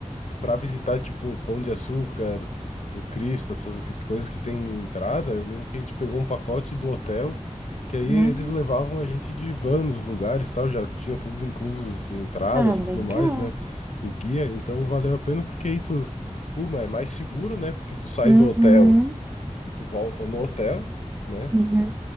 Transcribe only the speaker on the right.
Ah,
ah, legal.
Uhum,
uhum.